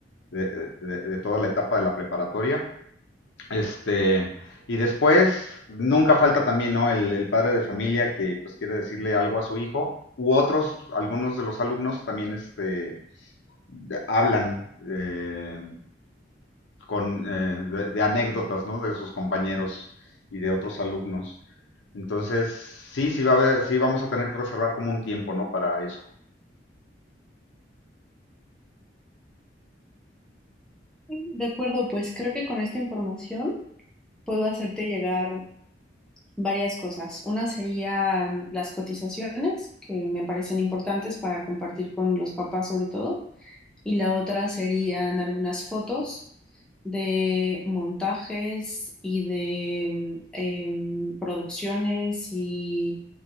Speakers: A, on the left; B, in the centre.
A: de, de, de toda la etapa de la preparatoria. Este, y después, nunca falta también, ¿no? El, el padre de familia que pues quiere decirle algo a su hijo, u otros, algunos de los alumnos también este, de- hablan eh, con, eh, de, de anécdotas, ¿no? De sus compañeros y de otros alumnos. Entonces, sí, sí, va a haber- sí vamos a tener que reservar como un tiempo, ¿no? Para eso.
B: De acuerdo, pues creo que con esta información puedo hacerte llegar varias cosas. Una serían las cotizaciones, que me parecen importantes para compartir con los papás sobre todo. y la otra serían algunas fotos de montajes y de mm, em, producciones y